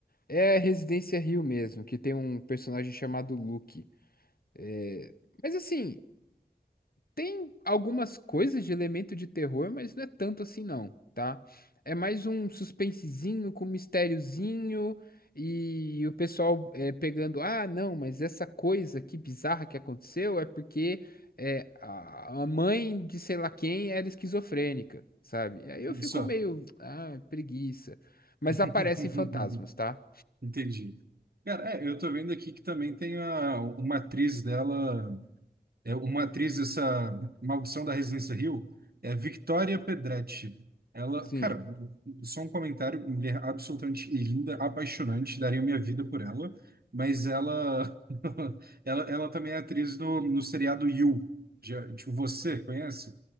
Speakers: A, on the left (about 65°); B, on the right (about 70°).
A: É Residência Hill mesmo, que tem um personagem chamado Luke. É, Mas assim, tem algumas coisas de elemento de terror, mas não é tanto assim não, tá? É mais um suspensezinho com mistériozinho e o pessoal é, pegando, ah, não, mas essa coisa que bizarra que aconteceu é porque é, a a mãe de sei lá quem era esquizofrênica, sabe? Aí eu fico
B: Só.
A: meio, ah, preguiça. Mas
B: <laughs>
A: aparecem fantasmas, tá?
B: Entendi. Cara, é, eu tô vendo aqui que também tem a, uma atriz dela, é uma atriz dessa Maldição da Residência Hill, é Victoria Pedretti. Ela,
A: Sim,
B: cara, só um comentário, mulher absolutamente linda, apaixonante, daria minha vida por ela, mas ela <laughs> ela, ela também é atriz no, no seriado You. Já, tipo, você conhece?